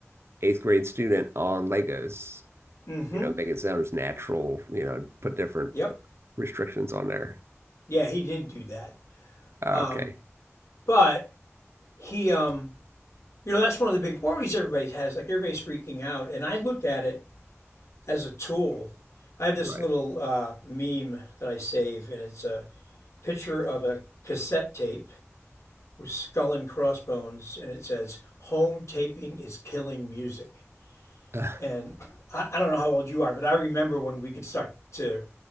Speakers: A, on the right (about 60°); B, on the left (about 70°).
A: eighth grade student on Legos.
B: Mm-hmm.
A: you know, make it sound as natural, you know, put different
B: Yep.
A: restrictions on there.
B: Yeah, he did do that.
A: Uh,
B: Um,
A: Okay.
B: but he, um, you know, that's one of the big worries everybody has. Like everybody's freaking out, and I look at it as a tool. I have this
A: Right.
B: little
A: <laughs>
B: uh, meme that I save, and it's a picture of a cassette tape with skull and crossbones, and it says, "Home taping is killing music."
A: Uh,
B: And I, I don't know how old you are, but I remember when we could suck to